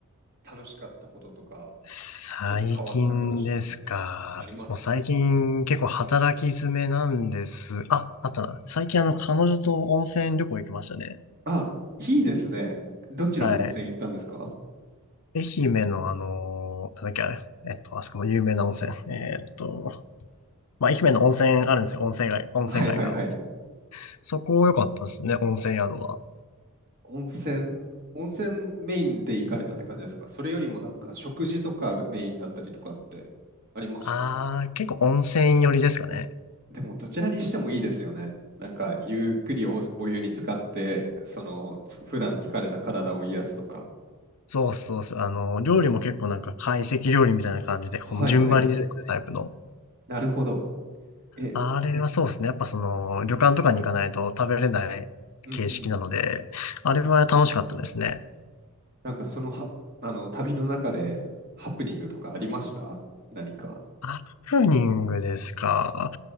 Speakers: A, on the right; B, on the left.
A: 楽しかったこととか
B: 最近ですか。
A: ちょっと変わったことしたなみたいな、ありますか
B: もう最近結構働き詰めなんです。あ、あったな。最近あの、彼女と温泉旅行行きましたね。
A: あ、いいですね。どちらの温泉行ったんですか
B: はい。愛媛のあのなんだっけあれ、えっと、あそこの有名な温泉。えーっと、まあ、愛媛の温泉あるんですよ。温泉街、温泉街が。
A: はいはいはい。
B: そこ良かったですね、温泉宿は。
A: 温泉、温泉メインで行かれたって感じですかそれよりもなんか食事とかメインだったりとかってありました
B: ああ、結構温泉寄りですかね。
A: でもどちらにしてもいいですよね。なんかゆっくりお、お湯に浸かって、そのつ普段疲れた体を癒すとか。
B: そうそうそう。あの、料理も結構なんか懐石料理みたいな感じで、この順番に出てくるタイプの。
A: はいはい。なるほど。え、
B: あれはそうですね。やっぱその、旅館とかに行かないと食べれない形式なので、
A: うんうん。
B: あれは楽しかったですね。
A: なんかそのは、あの旅の中でハプニングとかありました何か。
B: ハプニングですか。